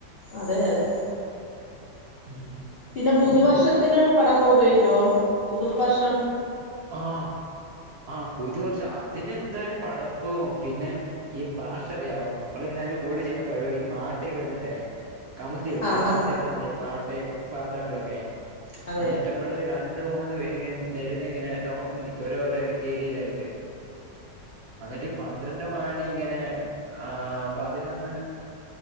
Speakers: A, on the left (about 70°); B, on the right (about 65°).
A: അതെ അതെ.
B: ഉം
A: പിന്നെ
B: അതുകൊണ്ട്
A: പുതുവർഷത്തിന് പടക്കം ഉപയോഗിക്കുവോ പുതുവർഷം
B: ആഹ് ആഹ് പുതുവർഷം അതിനെന്താലും പടക്കോം പിന്നെ ഈ പാ ട്ടറിയാവോ നമ്മള് പിന്നെയ്ന്റെ കൂടെ ചെയ്യുന്ന പരിപാടി പാട്ടെഴുതണതത്തെ കമത്തിയൊ ഒര്
A: ആ
B: സൗണ്ടേക്കാന്നെ
A: ആ ആ
B: പാട്ടേ പാത്രങ്ങളക്കെ
A: അതെ
B: അന്നിട്ടമ്മള് രണ്ടു മൂന്ന് പേരിങ്ങനെ നെരന്നിങ്ങനെ റൗണ്ടില് നിക്കും ഓരോരോ ഏരിയേലായിട്ട് അന്നട്ടീ പന്ത്രണ്ട് ട്ടമാണിങ്ങനെ ആഹ് അപ്പതിനൊന്ന്